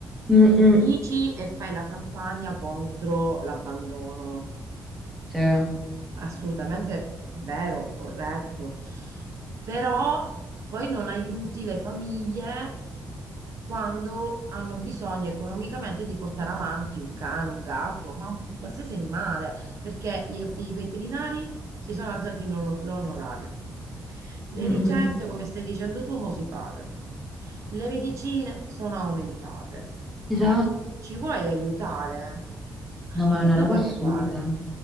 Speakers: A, in the centre; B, on the right.
A: Mm, mm.
B: Dici e fai la campagna contro l'abbandono
A: Sì. Mm,
B: assolutamente vero, corretto, però poi non aiuti le famiglie quando hanno bisogno economicamente di portare avanti un cane, un gatto, ma un, un qualsiasi animale, perché i, i veterinari si sono alzati in ono- l'onorario. Le
A: mm,
B: ricette,
A: mm, mm.
B: come stai dicendo tu, mo si pagano. Le medicine sono aumentate.
A: Esatto.
B: Cioè, ci vuoi aiutare? Eh,
A: No, ma
B: Eh, che
A: è una
B: dobbiamo
A: roba assurda.
B: fare?